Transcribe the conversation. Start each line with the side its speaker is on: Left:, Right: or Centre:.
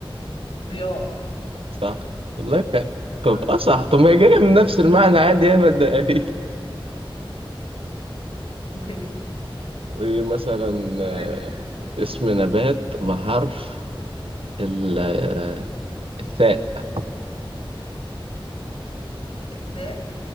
Left: ضياء
Right: صح والله في حاجة. طب
Left: آه،
Right: اه صح طب ما هي جاية من نفس المعنى عادي يا ما تضايقنيش
Left: ماشي
Right: ايه مثلا آه،
Left: قول انت
Right: اسم نبات بحرف ال آه، الثاء
Left: الثاء